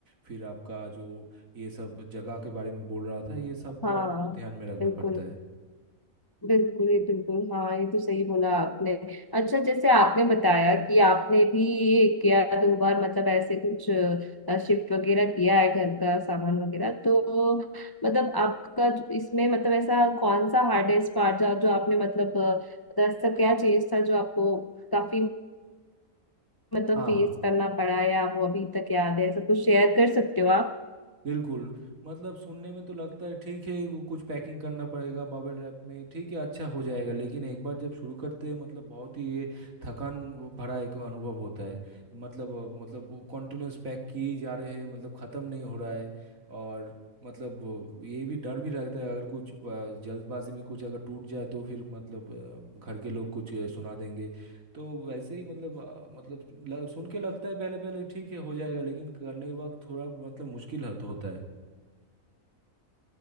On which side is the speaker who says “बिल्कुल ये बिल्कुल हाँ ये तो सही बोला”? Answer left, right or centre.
Left